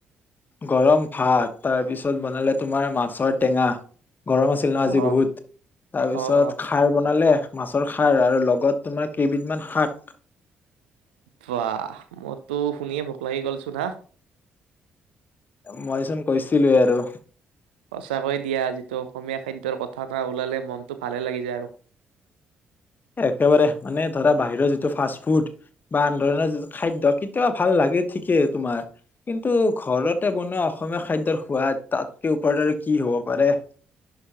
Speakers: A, on the left; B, on the right.
A: গৰম ভাত তাৰপিছত বনালে তোমাৰ, মাছৰ টেঙা। গৰম আছিল ন,
B: অ
A: আজি বহুত তাৰ পিছত
B: অ অ
A: খাৰ বনালে। মাছৰ খাৰ আৰু লগত তোমাৰ, কেইবিধমান শাক।
B: বাহ মইতো শুনিয়ে ভোক লাগি গল চোন হা।
A: মইচোন কৈছিলো এ আৰু।
B: সঁচাকৈয়ে দিয়া, যিটো অসমীয়া খাদ্যৰ কথা এটা ওলালে মনটো ভালে লাগি যায় আৰু।
A: একেবাৰে মানে ধৰা বাহিৰৰ যিটো ফাষ্ট ফুড বা আন ধৰণৰ যিটো খাদ্য, কেতিয়াবা ভাল লাগে ঠিকেই তোমাৰ কিন্তু ঘৰতে বনোৱা অসমীয়া খাদ্যৰ সোৱাদ তাতকে ওপৰতৰে কি হব পাৰে?